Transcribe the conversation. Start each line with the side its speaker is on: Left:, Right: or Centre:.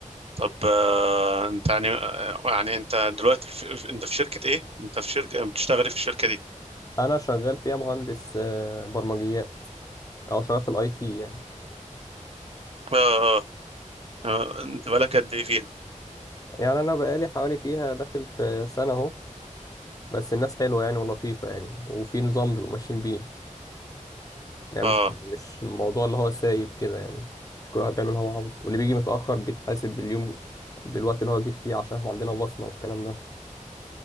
Right: طب آه، انت يعني آه، يعني انت دلوقتي في... في- انت في شركة ايه؟ انت في شركة بتشتغلي في الشركة دي
Left: انا شغال فيها مهندس آه، برمجيات او شغال في الاي تي يعني
Right: اه آه. آه، انت بقالك قد ايه فيها
Left: يعني انا بقالي حوالي فيها داخل في سنه اهو بس الناس حلوه يعني ولطيفه يعني وفي نظام بيبقوا ماشيين بيه يعني
Right: اه
Left: مش مش الموضوع اللي هو سايب كده يعني مش كل واحد بيعمل اللي هو عاوزه واللي بيجي متاخر بيتحاسب باليوم بالوقت اللي هو جه فيه عشان احنا عندنا بصمه والكلام ده